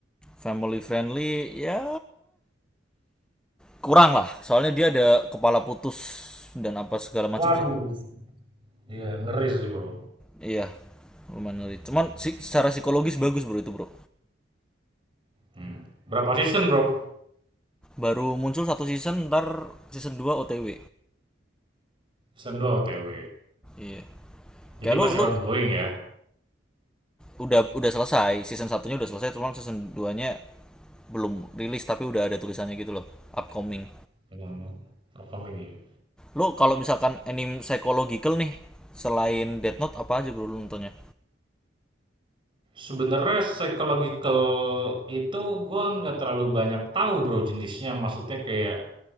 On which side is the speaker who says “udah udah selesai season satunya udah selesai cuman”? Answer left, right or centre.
Centre